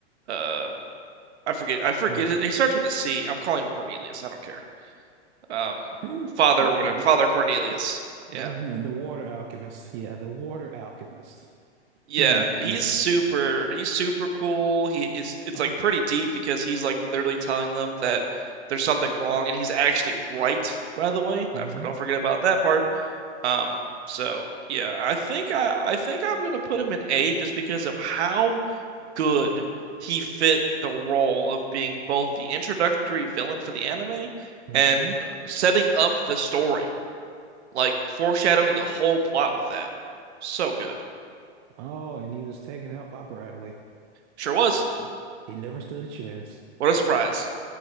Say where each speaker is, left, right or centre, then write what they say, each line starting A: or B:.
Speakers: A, on the right; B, on the right.
A: uh I forget. I forget.
B: Mm.
A: His, he starts with a C. I'm calling him Cornelius. I don't care. Um,
B: <laughs>
A: Father, whatever.
B: The one.
A: Father Cornelius. Yeah.
B: Yeah, the water alchemist. Yeah, the water alchemist.
A: Yeah,
B: Hmm.
A: he's
B: mhm.
A: super he's super cool. He is it's
B: Uh,
A: like pretty deep because he's like literally telling them that there's something wrong and he's actually right, by the way. Not
B: hmm
A: for don't forget about that part. Um so yeah, I think I I think I'm gonna put him in A just because of how good he fit the role of being both the introductory villain for the anime
B: hmm
A: and uh, setting up the story, like foreshadowing the whole plot with that. So good.
B: Oh, and he was taken out by Bradley.
A: Sure was.
B: He, he never stood a chance.
A: What a surprise.